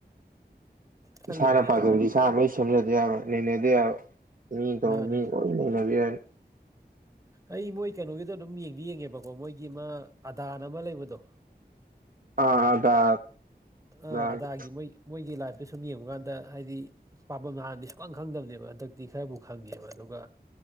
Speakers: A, on the right; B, on the right.
A: ꯈꯜꯂꯤꯕꯅꯦ
B: ꯏꯁꯥꯅ ꯄꯥꯖꯕꯗꯤ
A: ꯑꯩꯁꯨ ꯑꯃ
B: ꯏꯁꯥꯅ ꯑꯩ ꯁꯦꯝꯖꯗꯦ ꯌꯥꯕ ꯅꯩꯅꯗꯦ ꯌꯥꯕ ꯃꯤꯗꯧ
A: ꯃꯥꯅꯦ
B: ꯃꯤ ꯂꯣꯏ ꯅꯩꯅꯕ ꯌꯥꯅꯤ
A: ꯑꯩ ꯃꯣꯏ ꯀꯩꯅꯣꯒꯤꯗꯣ ꯑꯗꯨꯝ ꯌꯦꯡꯗꯤ ꯌꯦꯡꯉꯦꯕꯀꯣ ꯃꯣꯏꯒꯤ ꯑꯃ ꯑꯗꯥꯟ ꯑꯃ ꯂꯩꯕꯗꯣ
B: ꯑ ꯑꯗ
A: ꯑꯥ
B: ꯑꯗꯦ
A: ꯑꯗꯥꯒꯤ ꯃꯣꯏ ꯃꯣꯏꯒꯤ ꯂꯥꯏꯐꯇ ꯁꯨꯝ ꯌꯦꯡꯕ ꯀꯥꯟꯗ ꯍꯥꯏꯗꯤ ꯄꯥꯐꯝꯝ ꯍꯥꯟꯗꯤ ꯁꯨꯛꯈꯪ ꯈꯪꯗꯕꯅꯦꯕ ꯍꯟꯗꯛꯇꯤ ꯈꯔꯕꯨ ꯈꯪꯉꯦꯕ ꯑꯗꯨꯒ